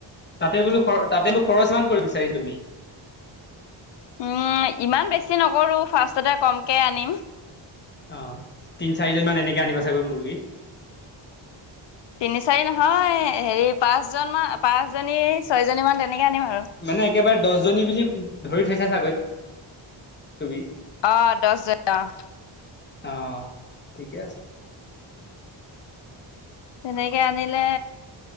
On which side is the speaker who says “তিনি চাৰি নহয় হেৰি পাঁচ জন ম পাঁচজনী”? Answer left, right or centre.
Left